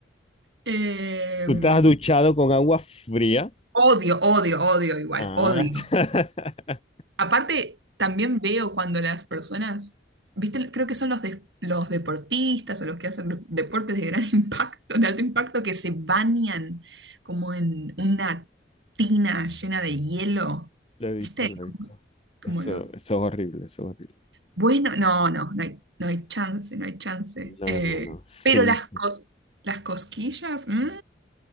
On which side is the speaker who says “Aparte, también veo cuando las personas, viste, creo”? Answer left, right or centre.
Right